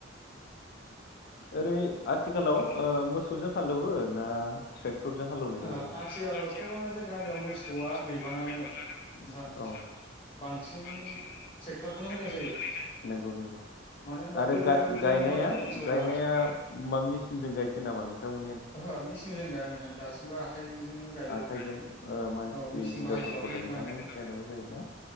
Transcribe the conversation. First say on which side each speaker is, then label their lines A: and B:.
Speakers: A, on the left; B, on the left.
A: ओरै आथिखालाव ओ मोस सौजों हालौवो ना ट्रेक टरजों हालेवनाय
B: आथिखालावथ'
A: जायो ओ आथिखालाव
B: जों
A: बा
B: गामियाव मोसौआ
A: जों
B: गैबाङानो
A: गामियावनो मोसौआ गैबाङानो
B: नोंथां
A: ओ बांसिनानो
B: बांसिन
A: ट्रेक्टरजोंनो हाल
B: ट्रेक्टरखौनो
A: एवनाय
B: होनाय
A: जायो नंगौ नंगौ
B: मानो
A: आरो
B: होनबा गोदो
A: गाय-गायनाया
B: दङमोन
A: गायनाया
B: मोसौआ
A: मा मेसिनजों गायसै नामा नोंथां?
B: ओहो मेसिंजों गाया नोंथां दासिमबो आखाइजोंनो गायो।
A: आखाइजों ओ मानसि
B: औ मेचिन
A: हिनजावफोरखौ
B: बाहायथ'वाखै
A: लेंनानै
B: जों गामियाव
A: गायनांगौ जायोना